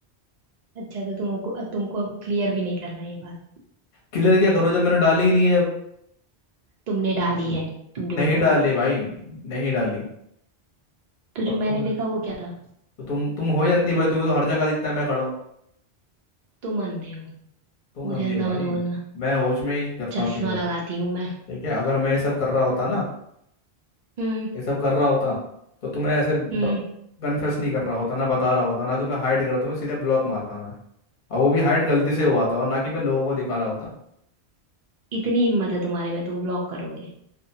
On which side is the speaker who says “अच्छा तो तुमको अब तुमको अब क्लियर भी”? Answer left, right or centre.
Right